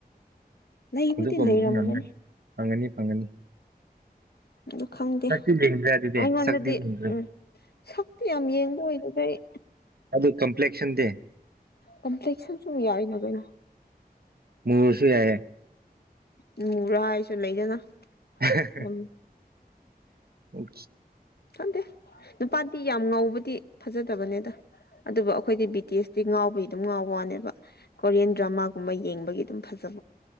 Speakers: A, on the left; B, on the right.
A: ꯂꯩꯕꯨꯗꯤ
B: ꯑꯗꯨꯗꯄ
A: ꯂꯩꯔꯝꯒꯅꯤ
B: ꯉꯅ ꯐꯪꯒꯅꯤ ꯐꯪꯒꯅꯤ
A: ꯑꯗꯨ ꯈꯪꯗꯦ
B: ꯁꯛꯇꯤ ꯌꯦꯡꯗ꯭ꯔꯦ ꯑꯗꯨꯗꯤ
A: ꯑꯩꯉꯣꯟꯗꯗꯤ
B: ꯁꯛꯇꯤ ꯌꯦꯡꯗ꯭ꯔꯦ
A: ꯎꯝ ꯁꯛꯇꯤ ꯌꯥꯝ ꯌꯦꯡꯕ ꯑꯣꯏꯗꯁꯩ
B: ꯑꯗꯨꯗ ꯀꯝꯄ꯭ꯂꯦꯛꯁꯟꯗꯦ
A: ꯀꯝꯄ꯭ꯂꯦꯛꯁꯟꯁꯨ ꯌꯥꯏꯅ ꯀꯩꯅꯣ
B: ꯃꯁꯨ ꯌꯥꯏ
A: ꯅꯔꯥ ꯍꯥꯏꯁꯨ ꯂꯩꯗꯅ
B: <unintelligible>
A: ꯌꯥꯝ
B: ꯑꯣ
A: ꯈꯗꯦ ꯅꯨꯄꯥꯗꯤ ꯌꯥꯝ ꯉꯧꯕꯗꯤ ꯐꯖꯗꯕꯅꯦꯗ ꯑꯗꯨꯕꯨ ꯑꯩꯈꯣꯏꯗꯤ ꯕ꯭ꯔꯤꯇꯤꯁꯇꯤ ꯉꯥꯎꯕꯒꯤ ꯑꯗꯨꯝ ꯉꯥꯎ ꯋꯥꯅꯦꯕ ꯀꯣꯔꯤꯌꯟ ꯗ꯭ꯔꯃꯥꯒꯨꯝꯕ ꯌꯦꯡꯕꯒꯤ ꯑꯗꯨꯝ ꯐꯖ